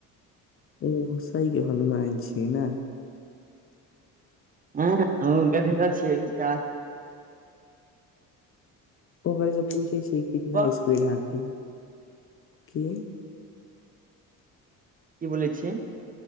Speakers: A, on the left (about 40°); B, on the right (about 25°).
A: ओ हुसाई के हलुमान छै न?
B: हँ उनका देखल छियै उनका
A: ओकरे स पूछे छीयै कितना
B: प-
A: स्पीड है हांके की
B: की बोलै छियै?